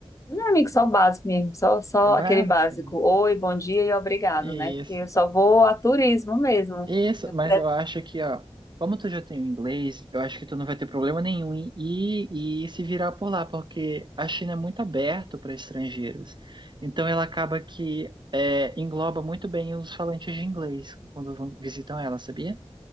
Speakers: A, on the left; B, on the right.
A: Não, amigo, só o básico mesmo, só, só
B: É
A: aquele
B: básica.
A: básico. Oi, bom dia e obrigado,
B: isso
A: né? Porque eu só vou a turismo mesmo.
B: Isso,
A: Eu
B: mas
A: pre-
B: eu acho que, ó, como tu já tem o inglês, eu acho que tu não vai ter problema nenhum em ir e se virar por lá, porque a China é muito aberta para estrangeiros. Então ela acaba que é, engloba muito bem os falantes de inglês quando vão, visitam ela, sabia?